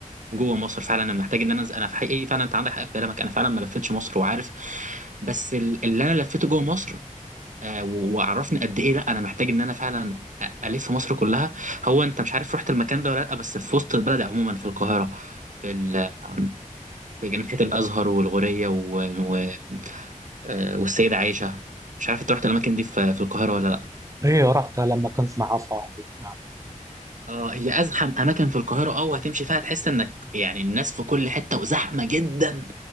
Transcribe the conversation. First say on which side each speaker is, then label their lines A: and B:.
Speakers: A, on the right (about 65°); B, on the right (about 25°).
A: جوه مصر فعلا انا محتاج ان انا أنزل- انا في حقيقي فعلا انت عندك حق في كلامك انا فعلا ما لفتش مصر وعارف بس ال- اللي انا لفيته جوه مصر آه، و- وعرفني قد ايه لا انا محتاج ان انا فعلا أ- الف مصر كلها هو انت مش عارف رحت المكان ده ولا لا بس في وسط البلد عموما في القاهره في ال... في جنينه الازهر والغوريه و... و... آه، والسيده عائشه مش عارف انت رحت الاماكن دي في في القاهره ولا لا
B: إيه رحتها لما كنت مع صاحبي نعم
A: اه هي ازحم اماكن في القاهره اه وهتمشي فيها تحس انك يعني الناس في كل حته وزحمه جدا